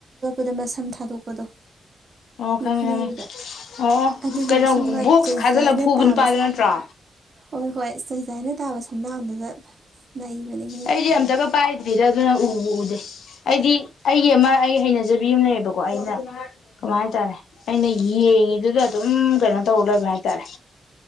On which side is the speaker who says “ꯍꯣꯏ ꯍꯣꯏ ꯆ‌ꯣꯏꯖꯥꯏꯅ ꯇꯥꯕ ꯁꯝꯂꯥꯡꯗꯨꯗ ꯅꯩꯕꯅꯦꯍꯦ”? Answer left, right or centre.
Right